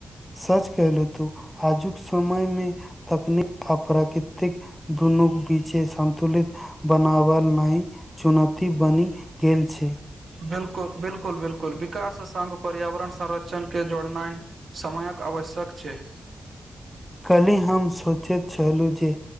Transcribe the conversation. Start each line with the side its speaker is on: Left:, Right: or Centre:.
Centre: सच कलहु तू आजुक समयमे तकनीक आ प्राकृतिक दुनूक बीचे सन्तुलित बनाबल नइ चुनोती बनि गेल छै
Right: बिल्कुल बिल्कुल बिल्कुल विकास सङ्ग पर्यावरण संरक्षणके जोड़नाइ समयक आवश्यक छै
Centre: काल्हि हम सोचेत छलू जे